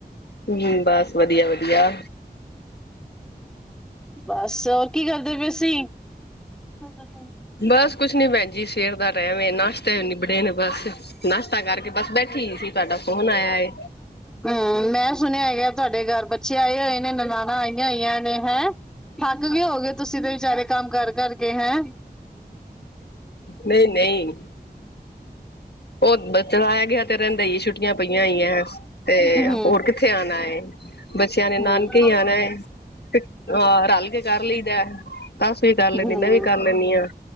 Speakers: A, on the left (about 80°); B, in the centre.
A: ਹਮ ਬਸ ਵਧੀਆ-ਵਧੀਆ
B: ਬਸ ਹੋਰ ਕੀ ਕਰਦੇ ਪਏ ਸੀ <inaudible>
A: ਬਸ ਕੁਛ ਨੀ ਭੈਣ ਜੀ ਸਵੇਰ ਦਾ ਟਾਈਮ ਨਾਸ਼ਤਾ ਨਿਬੜੇ ਨੇ ਬਸ ਨਾਸ਼ਤਾ ਕਰਕੇ ਬਸ ਬੈਠੀ ਸੀ ਤੁਹਾਡਾ ਫੋਨ ਆਇਆ ਏ
B: ਹਮ ਮੈਂ ਸੁਣਿਆ ਹੈਗਾ ਤੁਹਾਡੇ ਘਰ ਬੱਚੇ ਆਏ ਹੋਏ ਨੇ ਨਨਾਣਾਂ ਆਈਆਂ ਹੋਈਆਂ ਨੇ ਹੈਂ ਥੱਕ ਗਏ ਹੋਵੋ ਗੇ ਤੁਸੀਂ ਤੇ ਵਿਚਾਰੇ ਕੰਮ ਕਰ ਕਰ ਕੇ ਹੈ।
A: ਨਹੀਂ ਨਹੀਂ ਉਹ ਚਲੋ ਆਇਆ ਗਿਆ ਤੇ ਰਹਿੰਦਾ ਈ ਛੁੱਟੀਆਂ ਪਈਆਂ ਹੋਈਆਂ, ਤੇ
B: ਹਮ
A: ਹੋਰ ਕਿੱਥੇ ਆਉਣਾ, ਬੱਚੇ ਬੱਚਿਆਂ ਨੇ
B: ਹਮ
A: ਨਾਨਕੇ ਹੀ ਆਣਾ, ਅਹ ਰਲ ਕੇ ਕਰ ਲਈਦਾ <unintelligible> ਸਸ ਵੀ ਕਰ ਲੈਂਦੀ
B: ਹਮ
A: ਮੈਂ ਵੀ ਕਰ ਲੈਂਦੀ ਹਾਂ।